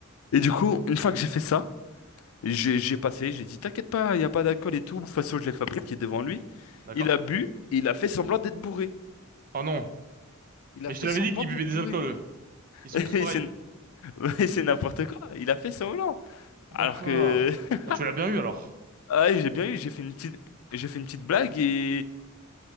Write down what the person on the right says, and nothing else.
D'accord.
Ah non.
Mais
je te l'avais
dit qu'ils buvaient
des
alcools, eux. Ils sont
tous
pareils.
D'accord.
Ah, tu l'as bien eu, alors.